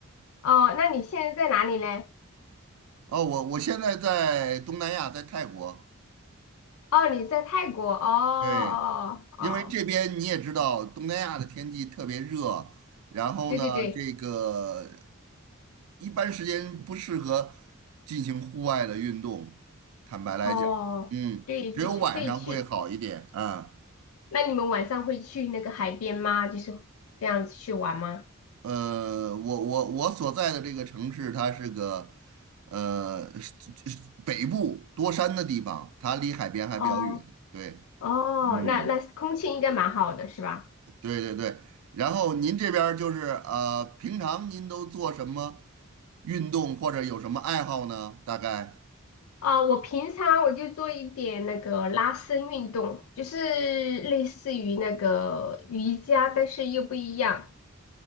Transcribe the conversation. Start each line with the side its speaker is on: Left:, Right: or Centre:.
Left: 哦，那你现在在哪里嘞？
Right: 哦，我我现在在东南亚，在泰国。
Left: 哦，你在泰国。哦哦哦哦
Right: 对，因为这边你也知道，东南亚的天气特别热，然后呢，
Left: 对对对，
Right: 这个一般时间不适合进行户外的运动。坦白来讲，
Left: 哦，
Right: 嗯，
Left: 对，
Right: 只有晚上会好一点啊。
Left: 就是可以去。那你们晚上会去那个海边吗？就是这样子去玩吗？
Right: 呃，我我我所在的这个城市，它是个呃是是北部多山的地方，它离海边还比较远。
Left: 哦
Right: 对，
Left: 哦，
Right: 嗯。
Left: 那那空气应该蛮好的，是吧？
Right: 对对对，然后您这边儿就是呃，平常您都做什么运动或者有什么爱好呢？大概
Left: 啊、我平常我就做一点那个拉伸运动，就是类似于那个瑜伽，但是又不一样。